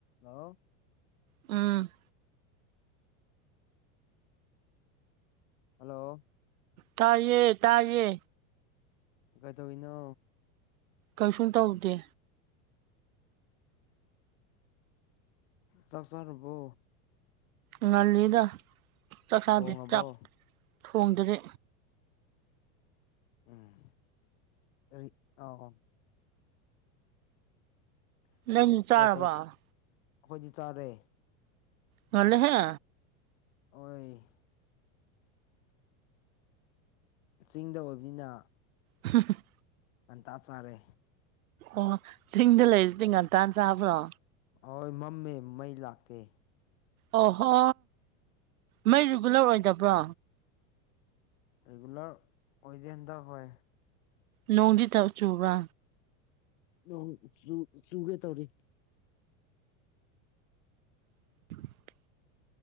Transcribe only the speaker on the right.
ꯎꯝ
ꯇꯥꯏꯌꯦ ꯇꯥꯏꯌꯦ
ꯀꯩꯁꯨꯝ ꯇꯧꯗꯦ
ꯉꯜꯂꯤꯗ ꯆꯥꯛꯆꯥꯥꯗꯤ
ꯆꯥꯛ ꯊꯣꯡꯗꯔꯤ
ꯅꯪꯗꯤ ꯆꯥꯔꯕꯣ
ꯉꯜꯂꯦꯍꯦ
ꯍꯥ ꯍꯥ
ꯑꯣ ꯆꯤꯡꯗ ꯂꯩꯔꯗꯤ ꯉꯟꯇꯥꯟ ꯆꯥꯕ꯭ꯔꯣ
ꯑꯣꯍꯣ ꯃꯩ ꯔꯤꯒꯨꯂꯔ ꯑꯣꯏꯗꯕ꯭ꯔꯣ
ꯅꯣꯡꯗꯤ ꯇꯧ ꯆꯨꯕ
'inaudible'